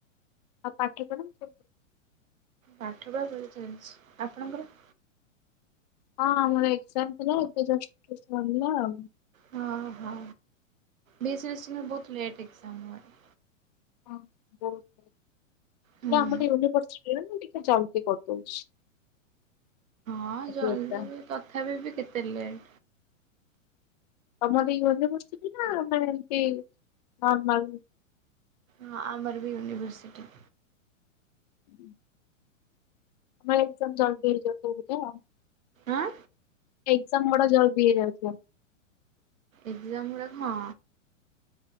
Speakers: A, on the left; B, on the right.
A: ଆଉ ପାଠପଢ଼ା
B: ପାଠପଢା ଭଲ ଚାଲିଛି ଆପଣଙ୍କର?
A: ହଁ ଆମର ଏଜାମ ଥିଲା ଏବେ ଜଷ୍ଟ ସରିଲା ଆଉ
B: ହଁ ହଁ ବି ଏସ୍ ବିସ ମେ ବହୁତ ଲେଟ ଏକ୍ସମ୍ ହୁଆ ହେ
A: ହଁ ବହୁତ
B: ହୁଁ।
A: ହେ ଆମର ୟୁନିଭର୍ସିଟିରେ ନା ଟିକେ ଜଲଦି କରିଦଉଛି।
B: ହଁ
A: ଆଜି
B: ଜଲ୍ଦି
A: ଏକ୍ଜାମ୍
B: ତଥାପି ବି କେତେ ଲେଟ୍।
A: ତ ମର ୟୁନିଭର୍ଷିଟି ନ ମାନେ ନିର୍ମଲ୍
B: ହଁ ଆମର ବି ୟୁନିଭର୍ସିଟି।
A: ହୁଁ। ଆମର ଏକ୍ଜାମ୍ ଜଲଦି ହେଇଯାଉଛି ଅବିକା?
B: ଆଁ
A: ଏକ୍ଜାମ୍ ଗୁଡା ଜଲଦି ହେଇଯାଉଥିବ?
B: ଏକ୍ଜାମ୍ ଗୁଡ଼ାକ ହଁ।